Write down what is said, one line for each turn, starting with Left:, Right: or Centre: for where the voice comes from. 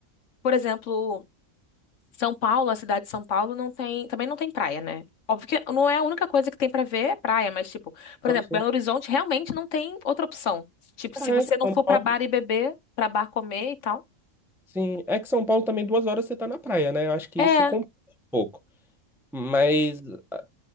Left: por exemplo. São Paulo, a cidade de São Paulo, não tem, também não tem praia, né? Óbvio que não é a única coisa que tem pra ver é praia, mas, tipo, por
Centre: Então,
Left: exemplo,
Centre: assim,
Left: Belo Horizonte realmente não tem outra opção. Tipo, se
Centre: É,
Left: você
Centre: de
Left: não
Centre: São
Left: for pra
Centre: Paulo.
Left: bar e beber, pra bar comer e tal.
Centre: Sim, é que São Paulo também duas horas você tá na praia, né? Eu acho que
Left: É,
Centre: isso compensa um pouco. Mas ah,